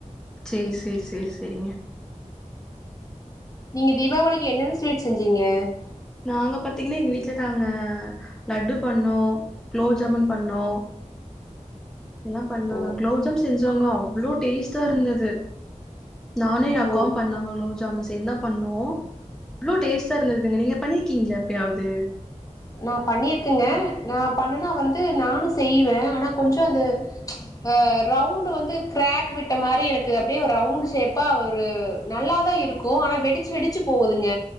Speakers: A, in the centre; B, on the left.
A: செரி செரி செரி செரிங்க
B: நீங்க தீபாவளிக்கி என்னென்ன ஸ்வீட் செஞ்சீங்க <unintelligible>
A: நாங்க பாத்தீங்னா எங்க வீட்ல நாங்க லட்டு பண்ணோ குலோப்ஜாமுன் பண்ணோ எல்லா பண்ணோங்க
B: ஓ
A: குளோப்ஜாம் செஞ்சொங்களா அவ்ளோ டேஸ்டா இருந்துது நானு ஏன் அக்காவு
B: ஓ
A: பண்ணோ குளோப்ஜாமுன் சேந்தா பண்ணோ அவ்ளோ டேஸ்டா இருந்ததுங்க நீங்க பண்ணிருக்கீங்ளா எப்பயாவது
B: நா பண்ணிருக்கங்க நா பண்ணனா வந்து நானு செய்வே ஆனா கொஞ்சோ அது ஆ ரவுண்டு வந்து கிராக் விட்ட மாரி எனக்கு அப்டியே ஒரு ரவுண்டு ஷேப்பா ஒரு நல்லாதா இருக்கு ஆனா வெடிச்சி வெடிச்சி போவுதுங்க